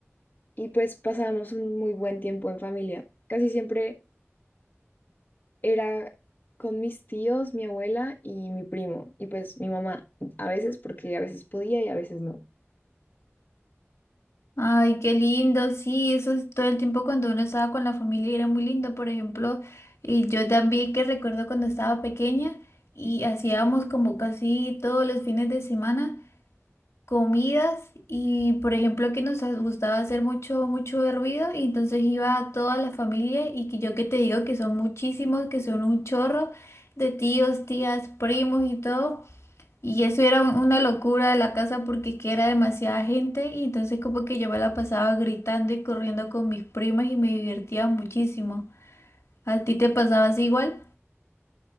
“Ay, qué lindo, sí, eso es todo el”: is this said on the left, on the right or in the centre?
Left